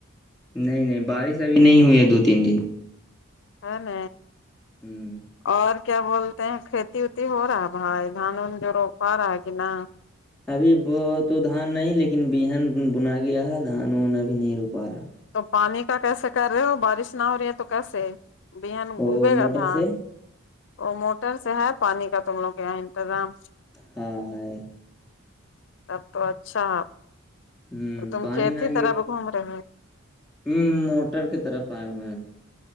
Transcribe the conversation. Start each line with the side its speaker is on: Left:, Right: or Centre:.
Centre: نہیں نہیں بارش ابھی نہیں ہوئی ہے دو تین دن
Left: ہے ن
Centre: ہ
Left: اور کیا بولتے ہیں ک کہتی ویٹی ہو رہا ہے بھائی دھان وان جو روپا رہا ہے کہ نا
Centre: ابھی وہ تو دھان نہیں لیکن بین بنا گیا ہے دھان ان ابھی نہیں رو پا رہا
Left: تو پانی کا کیسے کر رہے ہو بارش نہ ہو رہی ہے تو کیسے بین
Centre: وہ
Left: اگے گا
Centre: موٹر
Left: دھان
Centre: سے
Left: وہ موٹر سے ہے پانی کا تم لوگ کے یہاں انتظام
Centre: ہاں ہے
Left: تب تو اچھا
Centre: ہ
Left: تم
Centre: پانی
Left: کھیت
Centre: نہ گر
Left: طرف گھوم رہے ہو
Centre: ہ موٹر کی طرف آئے ہوں اج